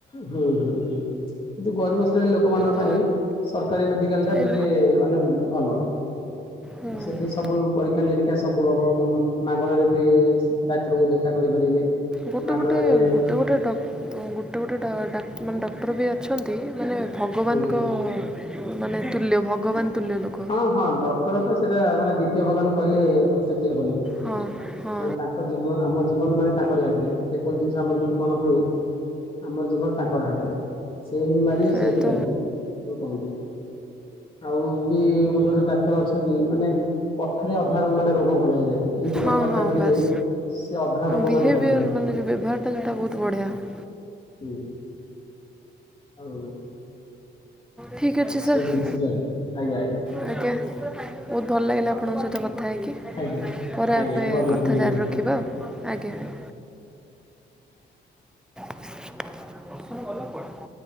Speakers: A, on the left; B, in the centre.
A: ହୁଁ, ହୁଁଁ, ହୁଁ ଯୋଉ ଗରିବ ଶ୍ରେଣୀ ଲୋକମାନଙ୍କ
B: ତ
A: ପାଇଁ ସରକାରୀ ମେଡିକାଲ୍ ଟା
B: ଏଇ
A: ଟିକେ ମାନେ ଭଲ।
B: ହୁଁ
A: ଆ, ସେଠି ସବୁ ପରୀକ୍ଷା ନିରୀକ୍ଷା ସବୁ ହବ ମ ମାଗଣାରେ ବି ଡାକ୍ତରଙ୍କୁ ଦେଖା କରିପାରିବେ।
B: ଗୋଟେ
A: ମାଗଣାରେ
B: ଗୋଟେ ଗୋଟେ ଗୋଟେ ଡକ୍ ଉଁ ଗୋଟେ ଗୋଟେ ଡା ଡ଼ାକ୍ ମାନେ ଡକ୍ କ୍ଟର ବି ଅଛନ୍ତି ମାନେ ଭଗବାନଙ୍କ
A: ଆଜ୍ଞା
B: ମାନେ ତୁଲ୍ୟ ଭଗବାନ ତୁଲ୍ୟ ଲୋକ
A: ହଁ ହଁ ଡକ୍ଟର ତ ସେଇଟା ମାନେ ଦ୍ଵିତୀୟ ଭଗବାନ କହିଲେ ଅତ୍ୟୁ କ୍ତି ହବନି
B: ହଁ ହଁ
A: ମାନେ ତାଙ୍କ ଜୀବ ଆମ ଜୀବନ ମାନେ ତାଙ୍କରି ହାତରେ ସେ କୌଣସି ଜି ଆମର ଯଦି କଣ ହୁଏ ଆମର ଜୀବନ ତାଙ୍କ ହାତରେ। ସେ ହିଁ ମାରିବେ
B: ସେଇଆ
A: ସେ ହିଁ
B: ତ
A: ତାରିବେ। <unintelligible> କହନ୍ତି ଆଉ ବି ଗୋଟେ ଗୋଟେ ଡାକ୍ତର ଅଛନ୍ତି ମାନେ କଥାରେ ଅ ଥାରେ ମାନେ ରୋଗ ଭଲ ହେଇଯାଏ। ଏମିତି
B: ହଁ
A: କଥାବାର୍ତ୍ତା
B: ହଁ
A: କରିବେ
B: ବାସ୍।
A: ସେ ଅଧା ରୋଗ
B: ବିହେଭିୟର
A: ମାନେ ଭଲ ହେଇଯିବ।
B: ମାନେ ଯେଉଁ ବ୍ୟବହାରଟା ସେଟା ବହୁତ ବଢ଼ିଆ। ହୁଁ
A: ହୁଁ ଆଉ
B: ଠିକ୍ ଅଛି
A: ଏସବୁ
B: ସାର୍।
A: ଜିନିଷଟା
B: ହଁ
A: ଆଜ୍ଞା
B: ଆଜ୍ଞା ବହୁତ ଭଲ ଲାଗିଲା
A: ହଉ
B: ଆପଣଙ୍କ ସହିତ କଥା ହେଇକି।
A: ଆଜ୍ଞା
B: କରିବା
A: ଆଜ୍ଞା
B: ପାଇଁ
A: ବହୁତ
B: କଥା
A: ବହୁତ ଧନ୍ୟବାଦ
B: ଜାରି ରଖିବା ଆଉ ଆଜ୍ଞା। ପ୍ରସନ୍ନ ଗଲା କୁଆଡେ?